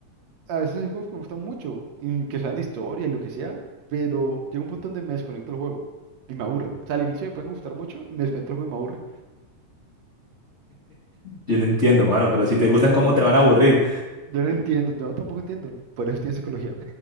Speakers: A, on the right; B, on the left.
A: a veces hay juegos que me gustan mucho y que sean de historia y lo que sea, pero llega un punto donde me desconecto el juego y me aburren. O sea, al inicio me pueden gustar mucho y me desconecto el juego y me aburre.
B: Yo lo entiendo, mano, pero si
A: Yo
B: te
A: tampoco
B: gustan,
A: entiendo.
B: ¿cómo te van a aburrir?
A: Yo no entiendo, yo tampoco entiendo, por eso estoy en psicología.